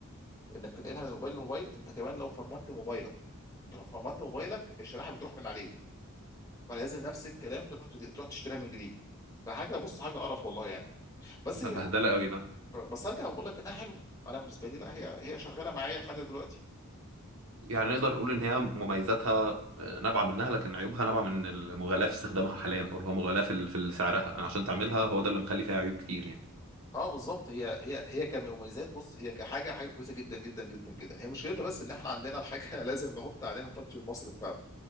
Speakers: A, on the left (about 15°); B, on the right (about 65°).
A: انك تنقلها من موبايل لموبايل انت كمان لو فرمت موبايلك انت لو فرمت موبايلك الشريحه بتروح من عليه فلازم نفس الكلام تروح تروح تشتريها من جديد فحاجه بص حاجه قرف والله يعني بس
B: ده بهدله قوي ده
A: بس ارجع واقول لك انها حلوه انا بالنسبه لي لا هي هي شغاله معايا لحد دلوقتي
B: يعني نقدر نقول ان هي مميزاتها آه، نابعه منها لكن عيوبها نابعه من المغالاة في استخدامها حاليا او اللي هو مغالاة في ال- في سعرها انا عشان تعملها هو ده اللي مخلي فيها عيوب كتير يعني
A: اه بالظبط هي هي هي كمميزات بص هي كحاجه حاجه كويسه جدا جدا جدا جدا هي مشكلتها بس ان احنا عندنا الحاجه <laughs> لازم نحط عليها التاتش المصري بتاعنا